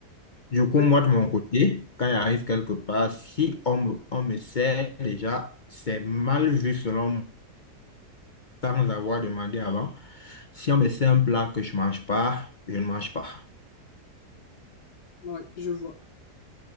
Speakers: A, on the left (about 45°); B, on the left (about 75°).
A: Du
B: oui,
A: coup, moi, de mon côté, quand il arrive quelque part, si on me, on me sert déjà, c'est mal vu selon sans avoir demandé avant. Si on me fait un plat que je mange pas, je ne mange pas.
B: oui, je vois.